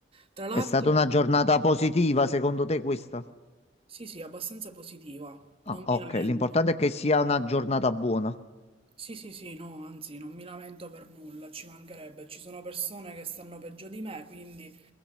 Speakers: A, on the right (about 30°); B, on the left (about 35°).
A: Tra l'altro,
B: È stata una giornata positiva, secondo te questa?
A: sì, sì, abbastanza positiva, non
B: Ah,
A: mi
B: ok,
A: lamento.
B: l'importante è che sia una giornata buona.
A: Sì, sì, sì, no, anzi, non mi lamento per nulla, ci mancherebbe. Ci sono persone che stanno peggio di me, quindi